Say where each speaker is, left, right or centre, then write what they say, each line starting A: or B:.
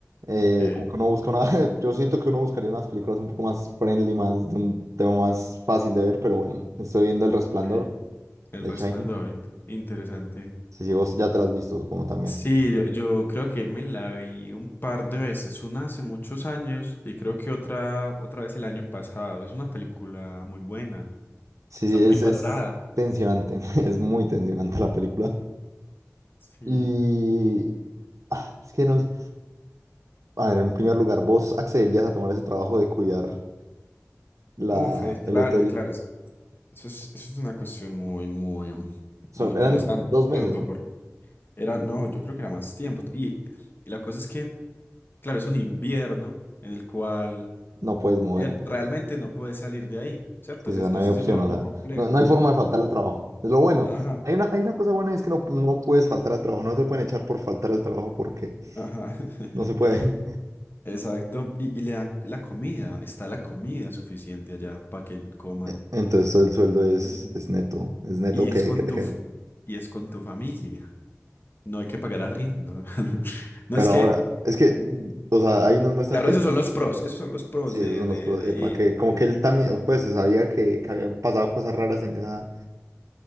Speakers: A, on the right; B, on the left.
A: Eh,
B: Ok.
A: como que uno busca una, <laughs> yo siento que uno buscaría unas películas un poco más friendly, más de un tema más fácil de ver, pero bueno, estoy viendo El Resplandor.
B: ok. El
A: de
B: Resplandor,
A: Shining.
B: int- interesante.
A: Sí, sí, vos ya te la has visto, supongo también.
B: Sí, yo, yo creo que me la vi un par de veces, una hace muchos años y creo que otra, otra vez el año pasado. Es una película muy buena,
A: Sí,
B: está
A: sí,
B: muy
A: es,
B: bien valorada.
A: es tensionante, <laughs> es muy tensionante la película.
B: Sí.
A: Y ah, es que no sé. A ver, en primer lugar, ¿vos accederías a tomar ese trabajo de cuidar la,
B: Uf, es claro,
A: el hotel?
B: es claro. Eso es, eso es una cuestión muy, muy,
A: Son-
B: muy interesante,
A: eran dos
B: ¿cierto?
A: meses, ¿no?
B: Porque era, no, yo creo que era más tiempo. Y, y la cosa es que, claro, es un invierno en el cual
A: No puedes moverte.
B: eh, realmente no puedes salir de ahí, ¿cierto?
A: Sí,
B: Ese,
A: o sea,
B: es-
A: no
B: ese
A: hay opción,
B: es lo,
A: o
B: lo
A: sea,
B: complejo.
A: no, no hay forma de faltar al trabajo. Es lo bueno.
B: Ajá,
A: Hay una, hay una cosa buena, es que no, no puedes faltar al trabajo, no te pueden echar por faltar al trabajo porque
B: ajá. <laughs>
A: no se puede.
B: Exacto. Y, y le dan la comida, está la comida suficiente allá para que coman.
A: <laughs> Entonces todo el sueldo es,
B: Ujú.
A: es neto, es neto
B: Y
A: que,
B: es con
A: que te
B: tu,
A: queda.
B: f- y es con tu familia. No hay que pagar arriendo. <laughs> No
A: Pero
B: es que
A: ahora, es que, mm, o sea, ahí nos muestran
B: Claro,
A: que
B: esos son los pros, esos son los pros
A: sí,
B: de,
A: esos son
B: de,
A: los pro-
B: de
A: epa,
B: ir
A: que como
B: eh,
A: que él también, oh, pues se sabía que, que habían pasado cosas raras en esa,